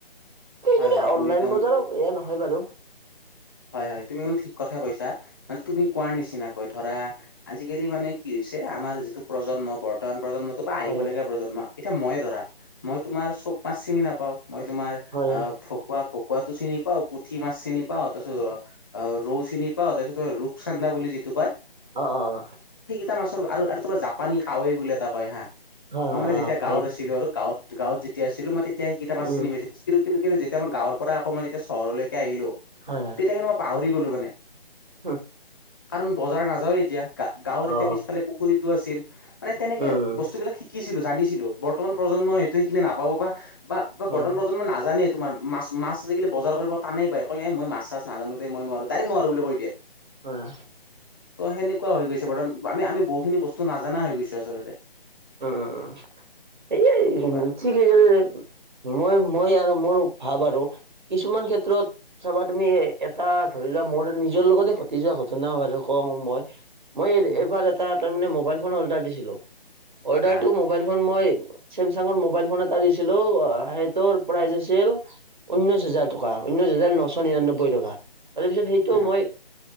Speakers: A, on the right (about 50°); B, in the centre.
A: সেইদৰে
B: হয় হয়
A: অনলাইন
B: তুমি একদম
A: বজাৰত এয়া নহয় বাৰু।
B: হয় হয় তুমি মানে ঠিক কথাই কৈছা, মানে তুমি কোৱাৰ নিচিনাকৈ ধৰা আজিকালি মানে কি হৈছে আমাৰ যিটো প্ৰজন্ম বৰ্তমান প্ৰজন্মত বা আহিব
A: হয় হয়
B: লগীয়া প্ৰজন্ম এতিয়া মইে ধৰা মই তোমাৰ চব মাছ চিনি নাপাওঁ। মই তোমাৰ
A: হয় হয়
B: আহ ফকুৱা ফকুৱাটো চিনি পাওঁ পুঠি মাছ চিনি পাওঁ তাৰপিছত অ' ৰৌ চিনি পাওঁ তাৰপিছত ৰূপচান্দা বুলি যিটো কয়
A: অ', অ', অ'।
B: তা মাছৰ আৰু আৰু তোমাৰ জাপানী কাৱৈ বুলি এটা কয় হা,
A: অ
B: মই মানে
A: অ অ
B: যেতিয়া
A: হয়
B: গাঁৱত আছিলোঁ আৰু গাঁৱত গাঁৱত যেতিয়া আছিলোঁ মই তেতিয়া সেইটা মাছ
A: উম
B: চিনি পাইছিলোঁ কিন্ত কিন্তু কিন্তু যেতিয়া মই গাঁৱৰ পৰা আকৌ মই চহৰলৈকে আহিলোঁ
A: হয় হয়
B: তেতিয়া কিন্তু মই পাহৰি গলো মানে।
A: উম
B: কাৰণ বজাৰ নাযাওয়ে এতিয়া গা-গাঁৱৰ
A: অ
B: এতিয়া পিছফালে পুখুৰীটো আছিল মানে তেনেকে
A: উম
B: বস্তুবিলাক শিকিছিলোঁ জানিছিলো বৰ্তমান প্ৰজন্মই এইেটো শিখিনি নাপাব বা বা
A: হয়
B: বৰ্তমান প্ৰজন্ম নাজানেই তোমাৰ মাছ মাছ আজিকালি বজাৰ কৰিব টানেই পায়। কয় এ মই মাছ চাছ নাজানো দে মই নোৱাৰোঁ ডাইৰেক্ট নোৱাৰোঁ বুলি কৈ দিয়ে।
A: হয়
B: ত' সেনেকুৱা হৈ গৈছে বৰ্তন আমি আমি বহুত সেইখিনি বস্তু নাজানা হৈ গৈছে আচলতে।
A: অ', অ', অ'। এই
B: বা
A: ঠিক যে মই মই আৰু মোৰ ভাব আৰু কিছুমান ক্ষেত্ৰত চাবা তুমি এটা ধৰি লোৱা মোৰ নিজৰ লগতে ঘটি যোৱা ঘটনা বাৰো কওঁ মই মই
B: উম
A: এইবাৰ এটা তাৰমানে মোবাইল ফ'ন অৰ্ডাৰ দিছিলোঁ। অৰ্ডাৰটো
B: আহ
A: মোবাইল ফ'ন মই চেমচাংৰ মোবাইল ফ'ন এটা দিছিলোঁ। আ, সেইটোৰ প্ৰাইচ আছিল ঊনৈশ হাজাৰ টকা। ঊনৈছ হাজাৰ নশ নিৰানব্বৈ টকা। তাৰপিছত সেইটো
B: উম
A: মই